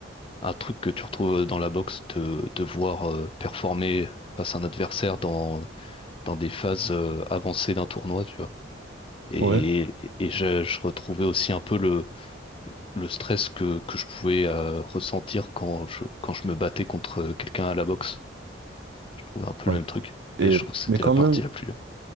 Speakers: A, on the left; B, on the right.
A: un truc que tu retrouves dans la boxe de, de voir euh, performer face à un adversaire dans, dans des phases euh, avancées d'un tournoi, tu vois. Et,
B: Ouais.
A: et, je, je retrouvais aussi un peu le, le stress que, que je pouvais euh, ressentir quand je, quand je me battais contre quelqu'un à la boxe. Je trouvais un peu
B: Ouais.
A: le même truc.
B: Et
A: Et je trouve que c'était
B: mais quand
A: la partie
B: même
A: la plus... dure.